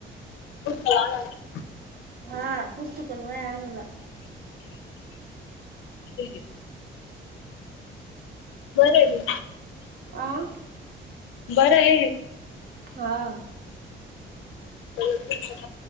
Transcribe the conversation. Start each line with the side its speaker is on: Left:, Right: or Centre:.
Left: <unintelligible>
Right: हा पुस्तक न वया आणनायला.
Left: आहे बरं
Right: आं
Left: बरं आहे
Right: हा
Left: ला